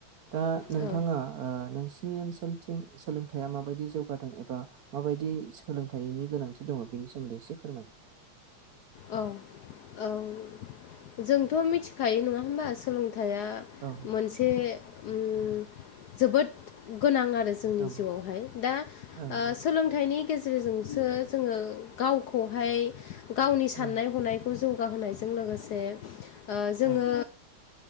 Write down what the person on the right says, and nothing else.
दा नोंथाङा
ओ नोंसिनि ओनसोलथिं सोलोंथाइया माबायदि जौगादों एबा माबायदि सोलोंथाइनि गोनांथि दङ' बेनि सोमोन्दै एसे फोरमाय?
औ
औ
ओं
औ
औ